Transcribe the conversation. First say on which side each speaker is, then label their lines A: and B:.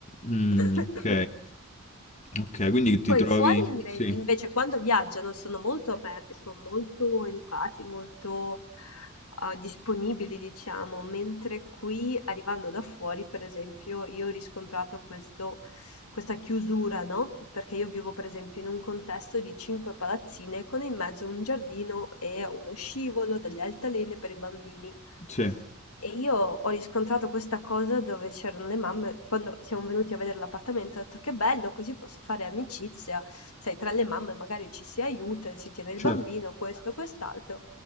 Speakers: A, on the left; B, on the left.
A: Mm,
B: <coughs>
A: ok, ok, quindi ti
B: Poi
A: trovi,
B: fuori inve-
A: sì,
B: invece quando viaggiano sono molto aperti, sono molto educati, molto eh, disponibili, diciamo, mentre qui arrivando da fuori, per esempio, io ho riscontrato questo- questa chiusura, no? Perché io vivo, per esempio, in un contesto di cinque palazzine con in mezzo un giardino e uno scivolo, delle altalene per i bambini.
A: sì,
B: E io ho riscontrato questa cosa dove c'erano le mamme, quando siamo venuti a vedere l'appartamento, ho detto che bello, così posso fare amicizia, sai, tra le mamme magari ci si aiuta, si tiene il
A: certo.
B: bambino, questo, quest'altro.